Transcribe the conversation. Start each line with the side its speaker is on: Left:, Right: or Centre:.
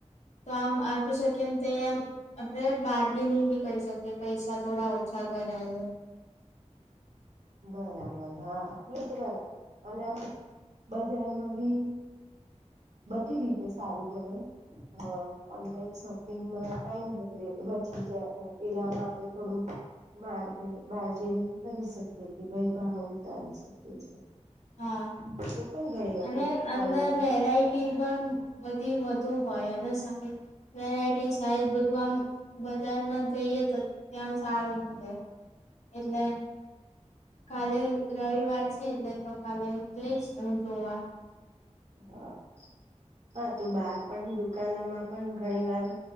Left: તો આમ આપી છે, કે તેમ આમ આપડે બાર ગીનિંગ ભી કરી શકે પૈસા થોડા ઓછા કરાય
Right: બરાબર હા એ જ બરાબ અને બજારમાં ભી બધી તો રીતે સારું પડે અ ઓનલાઈન શોપિંગમાં ટાઈમ બગડે વચી જા અને પેલામાં આપણે થોડુ મારજીન બારજેને કરી શકીએ કે ભઈ ભાવ ઉતારી શકીએ છે.
Left: હા!
Right: હું પણ ઘણી વખત
Left: અને અંદર
Right: ઓનલાઈન
Left: વેરાઈટ ટી પણ બધી વધુ હોય અને સામે વેરાયટી સાઈઝ બધુ આમ બજારમાં જઈએ તો તેમ સારું મલે એટલે કાલે રવિવાર છે એટલે તો કાલે જઈશ ઉં જોવા
Right: હા! હા, તો બાર પણ, દુકાનોમાં પણ ઘણીવાર